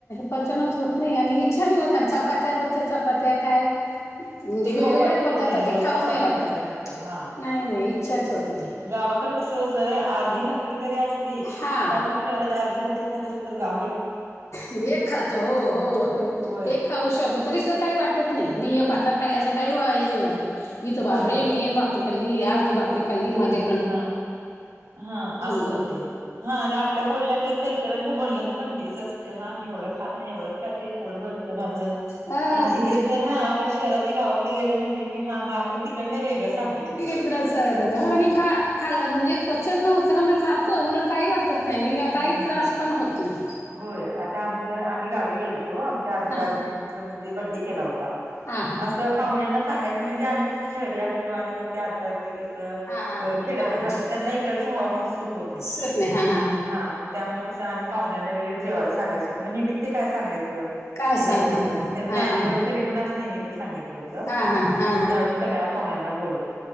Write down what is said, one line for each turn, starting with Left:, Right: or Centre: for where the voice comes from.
Left: पचनच होत नाही आणि इच्छा नाही होत चपात्या रोजच्या चपात्या काय म्हणजे
Right: ते
Left: वेगवेगळे्या
Right: खाऊ वाटतच
Left: पद्धारथात
Right: नाही रोज
Left: खाऊ
Right: चपाती
Left: नाही वाटतात
Right: म्हटल्यानंतर हा
Left: नाही नाही इच्छाच होत नाही
Right: गावाकड कस जरा अर्धी भाकरी जरी असली
Left: हा
Right: आता आपण शरात आर्धदी भाकरी खात असल तर गा
Left: एक खातो हो हो
Right: होय
Left: एक खाऊ शकतो तरी काही वाटत नाही मी एक भाकर खायल असं काही हे नाही वाटत इथं बापरे
Right: होय होय
Left: मी एक भाकरी खल्ली अर्धी भाकरी खल्ली माझ्या
Right: हा हा असं
Left: जात
Right: होते हा आणि आपल्या बोलण्यापेक्षा इतरांच्या बोलण्यात पण हेच असते हा मी एवढं खात नाही एवढंच खाते पोट भरत माझं
Left: हा
Right: आणि हेच जर हा आपण शहरातली गावाकडे गेलं म्हटले की हा मग आपण तिकंड वेगळं सांगत येते
Left: तड द आणि ख खल् म्हणजे पचन न होता ना म खातंलट काय वाटत नाही आणि काही
Right: हां,
Left: त्रास
Right: हां, हां.
Left: पण होत नाही
Right: होय आता आमच आम्ही गावी गेलतो आमच्या आजी
Left: हा
Right: आजींच म्हणजे बड्डे केला होता
Left: हा हा
Right: असं पाहुण्यांना सांगायचं म्हणजे आम्ही कसं शहरी असतो आणि मग ते आजी तस
Left: हा हा हा
Right: खेड्यातच
Left: हा
Right: राहतात
Left: हा
Right: त्यांना इकडचे हवामान सूट होत नाही
Left: सुट नाही हा हा
Right: हा मग त्यामुळे कस आम्ही पाहण्यांना वगैरे जेवाय सगायचो तर मग निमित् ते काय सांगयचं
Left: काय
Right: घिर
Left: सांग
Right: येण्याचं
Left: हा
Right: मग त्यांचा
Left: हा हा
Right: अनिव्हर्सरी
Left: हा हा
Right: म्हणून असं निमित्त होग
Left: हा हा हा
Right: त्या स्या ब